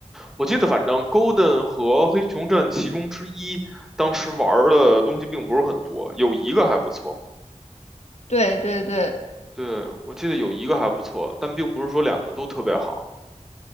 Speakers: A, in the centre; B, on the left (about 60°).
A: 我记得反正 Golden 和黑熊镇其中之一，当时玩儿的东西并不是很多，有一个还不错。
B: 对对对。
A: 对，我记得有一个还不错，但并不是说两个都特别好。